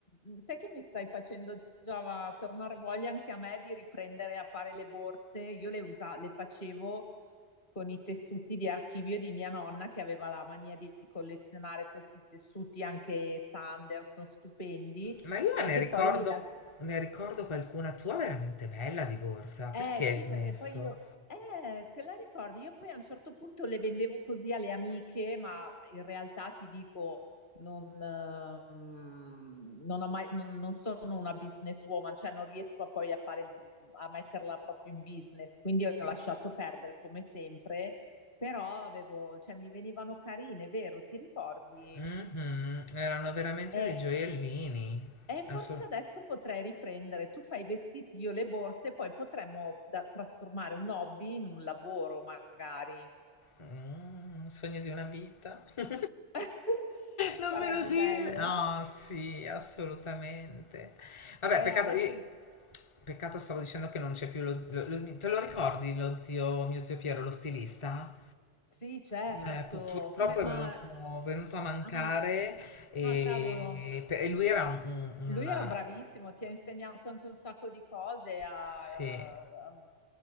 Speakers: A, on the left (about 50°); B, on the left (about 35°).
A: mm, sai che mi stai facendo già va- tornare voglia anche a me di riprendere a fare le borse. Io le, usa- le facevo con i tessuti di archivio di mia nonna che aveva la mania di collezionare questi tessuti anche Sanderson, stupendi,
B: Ma io
A: e
B: ne
A: che
B: ricordo,
A: poi li, la-
B: ne ricordo qualcuna tua veramente bella di borsa.
A: Eh
B: Perché hai
A: sì,
B: smesso?
A: perché poi io, eh, te la ricordi? Io poi a un certo punto le vendevo così alle amiche, ma in realtà ti dico, non, eh, mm, non ho mai, non, non sono una businesswoman, cioè non riesco a poi a fare, il- a metterla proprio in business, quindi ho lasciato perdere come sempre, però avevo, cioè mi venivano carine, vero? Ti ricordi?
B: Mhm, Erano veramente
A: Eh,
B: dei gioiellini.
A: e forse
B: Assol-
A: adesso potrei riprendere. Tu fai i vestiti, io le borse, poi potremmo da- trasformare un hobby in un lavoro, magari.
B: Mm, un sogno di una vita. <laughs>
A: <laughs>
B: Non
A: Sarebbe
B: me lo dire.
A: bello.
B: Ah, sì, assolutamente. Vabbè,
A: Eh,
B: peccato,
A: adesso
B: io-
A: è-
B: peccato stavo dicendo che non c'è più lo, lo- lo- te lo ricordi lo zio, mio zio Piero, lo stilista?
A: sì, certo.
B: Eh, pu- purtroppo
A: Come-
B: è
A: Ma
B: venuto, venuto a mancare
A: ah,
B: e,
A: ah, cavolo,
B: e lui era un- un-
A: lui
B: una...
A: era bravissimo, ti ha insegnato anche un sacco di cose a-
B: Sì.
A: a-